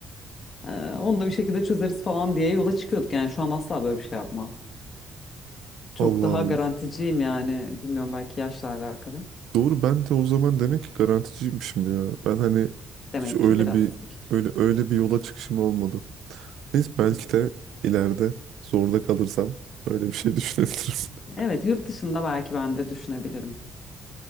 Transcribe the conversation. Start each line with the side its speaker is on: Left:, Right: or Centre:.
Left: E, onu da bir şekilde çözeriz falan diye yola çıkıyorduk yani şu an asla böyle bir şey yapmam. Çok
Right: Allah
Left: daha
Right: Allah.
Left: garanticiyim yani bilmiyorum belki yaşla alakalı.
Right: Doğru ben de o zaman demek ki garanticiymişim ya. Ben hani
Left: Demek
Right: hiç öyle
Left: ki biraz
Right: bir
Left: bir küçük.
Right: öyle öyle bir yola çıkışım olmadı. Neyse belki
Left: Evet.
Right: de ileride zorda kalırsam öyle bir şey düşünebilirim. <laughs>
Left: Evet, yurt dışında belki ben de düşünebilirim.